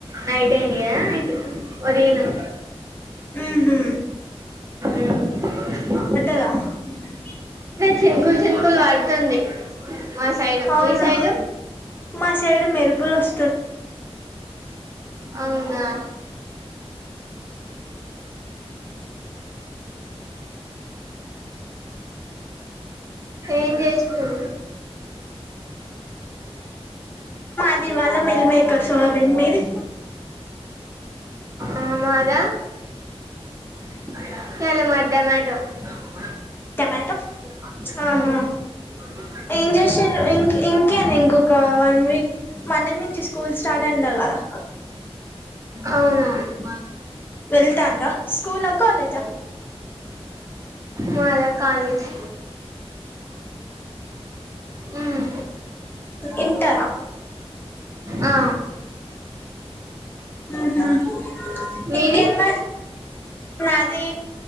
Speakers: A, on the right; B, on the left.
A: నైట్ అయిందియా అ ఒరిజినమ్
B: మ్మ్ హ్మ్
A: ఉ
B: ర
A: చినుకులు చినుకులు పడుతుంది మా సైడు
B: అవునా
A: మీ సైడు
B: మా సైడ్ మెరుపుల్ వస్తు
A: అవునా ఏం చేస్తురు
B: మాదివాల మల్ మే కర్సద బెని మీది
A: ఆ మాద <unintelligible>
B: టమాటో
A: ఉ
B: ఆహా ఏం జేసీరు ఇం ఇంకేం ఇంకొక వన్ వీక్ మ నుంచి స్కూల్ స్టార్ట్ అంట కదా
A: అవునవును
B: వెళ్తాన్దా స్కూల్ కాలేజ
A: మాద కాలేజ్ ఉమ్,
B: ఇంటరా
A: ఆ
B: ఉహ్
A: మీది
B: ఇంకేంది నాది